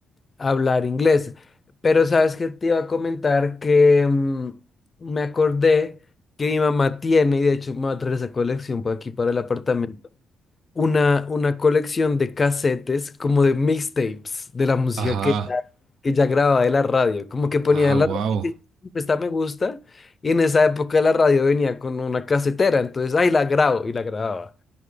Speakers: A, on the left; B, on the right.
A: a hablar inglés. Pero sabes que te iba a comentar que mm, me acordé que mi mamá tiene, y de hecho me va a traer esa colección por aquí para el apartamento una, una colección de casetes, como de mixtapes, de la música
B: Ajá,
A: que ya, que ya grababa de la radio. Como que ponía
B: ah,
A: en
B: wow,
A: la radio, esta me gusta, y en esa época la radio venía con una casetera, entonces, ay, la grabo, y la grababa.